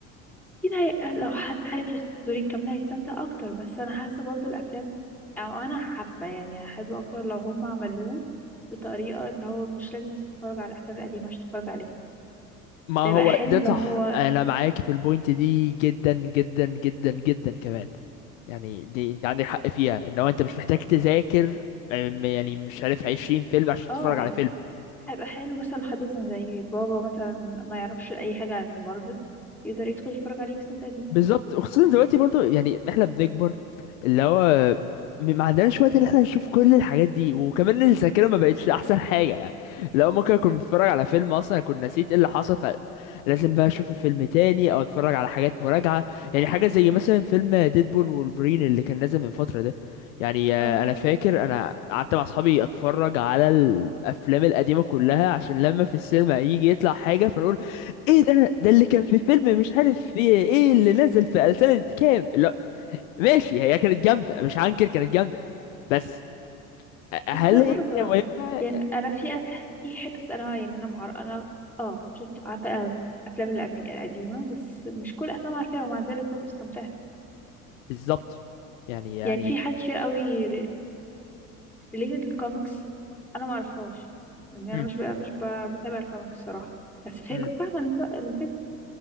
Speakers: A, in the centre; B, on the left.
A: اكيد هي- لو حد عارف الستوري الكامله هيستمتع اكتر بس انا حاسه برضو الافلام او انا حابه يعني احب اكتر لو هم عملوه بطريقه ان هو مش لازم تتفرج على الافلام القديمه عشان تتفرج عليه
B: ما هو
A: هيبقى حلو
B: ده
A: لو
B: صح
A: هو
B: انا معاك في البوينت دي جدا جدا جدا جدا كمان يعني دي انت عندك حق فيها ان هو انت مش محتاج تذاكر أم، يعني مش عارف 20 فيلم عشان
A: اه
B: تتفرج
A: هيبقى
B: على فيلم
A: هيبقى حلو مثلا لو حد مثلا زي بابا مثلا ما يعرفش اي حاجه عن مارفل يقدر يدخل يتفرج عليه ويستمتع بيه
B: بالظبط وخصوصا دلوقتي برضو يعني احنا بنكبر اللي هو م- ما عندناش وقت ان احنا نشوف كل الحاجات دي وكمان الذاكره ما بقتش احسن حاجه يعني لو ممكن اكون بتفرج على فيلم اصلا اكون نسيت ايه اللي حصل فلازم بقى اشوف الفيلم تاني او اتفرج على حاجات مراجعه يعني حاجه زي مثلا فيلم ديدبول وولفرين اللي كان نازل من فتره ده يعني آه،
A: اه
B: انا فاكر انا قعدت مع اصحابي اتفرج على الافلام القديمه كلها عشان لما في السينما يجي يطلع حاجه فنقول ايه ده ده اللي كان في فيلم مش عارف في ايه اللي نزل في سنة كام لا ماشي هي كانت جامدة مش هنكر كانت جامدة بس
A: بس
B: هل
A: برضه
B: هي مهمة
A: يعني انا في أك- في حتة انا يعني انا معر... انا اه شفت عارفة افلام القبل القديمة بس مش كل افلام عارفاها ومع ذلك برضه استمتعت
B: بالظبط يعني يعني
A: يعني في حاجات كتير قوي ريليتد للكوميكس انا ما اعرفهاش يعني
B: مم.
A: انا مش ب... مش ب... بتابع الكوميكس الصراحة بس هي
B: مم.
A: كنت فاهمة الف- الفيلم